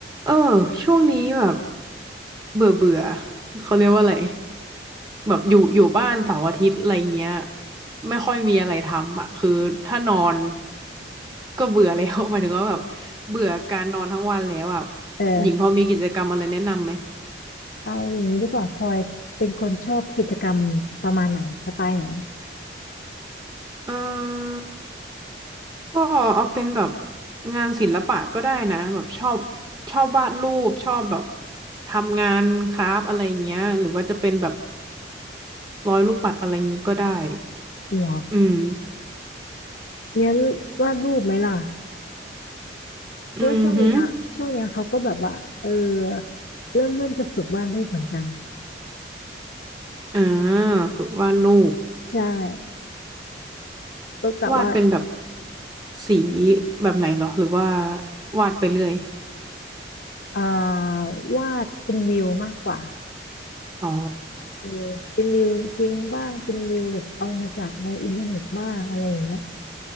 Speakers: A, on the right; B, on the left.
A: เออช่วงนี้แบบเบื่อเบื่อเขาเรียกว่าอะไรแบบอยู่อยู่บ้านเสาร์อาทิตย์อะไรเงี้ยไม่ค่อยมีอะไรทำอ่ะคือถ้านอนก็เบื่อแล้ว <laughs> หมายถึงว่าแบบเบื่อการนอนทั้งวันแล้วอ่ะ
B: เออ
A: หญิงพอมีกิจกรรมอะไรแนะนำไหม
B: เอาอย่างนี้ดีกว่าพลอยเป็นคนชอบกิจกรรมประมาณไหนสไตล์ไหน
A: เออก็เอาเป็นแบบงานศิลปะก็ได้นะแบบชอบชอบวาดรูปชอบแบบทำงานคราฟต์อะไรเงี้ยหรือว่าจะเป็นแบบร้อยลูกปัดอะไรงี้ก็ได้
B: หรอ
A: อืม
B: งั้นวาดรูปไหมล่ะเพราะว่าช่วงเนี้ยช่วงเนี้ยเขาก็แบบว่าเออ
A: อือหือ
B: เริ่มเริ่มจะฝึกวาดรูปเหมือนกัน
A: ่าฝึกวาดรูป
B: ใช่ก็กะว่า
A: วาดเป็นแบบสีแบบไหนเหรอหรือว่าวาดไปเรื่อย
B: อ่าวาดเป็นวิวมากกว่า
A: อ๋อ
B: เออเป็นวิวจริงบ้างเป็นวิวแบบเอามาจากในอินเทอร์เน็ตบ้างอะไรอย่างเงี้ย